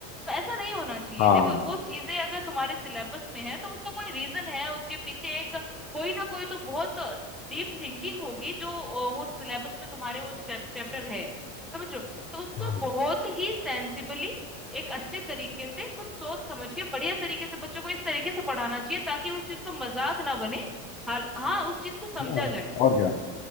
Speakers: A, in the centre; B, on the left.
A: तो ऐसा नहीं होना चाहिए
B: हाँ
A: देखो
B: हाँ हाँ।
A: वो चीजें अगर तुम्हारे सिलेबस में है तो उसका कोई रीजन है उसके पीछे एक कोई ना कोई तो बहुत डीप थिंकिंग होगी जो अ, वो सिलेबस में तुम्हारे वो चैप्टर है समझ रहे हो तो उसको
B: हम्म
A: बहुत ही सेंसिबली एक अच्छे तरीके से कुछ सोच समझ के बढ़िया तरीके से बच्चों को इस तरीके से पढ़ाना चाहिए ताकि उस चीज को मजाक ना बने हाल हाँ उस चीज को समझा
B: हाँ,
A: जाए
B: और क्या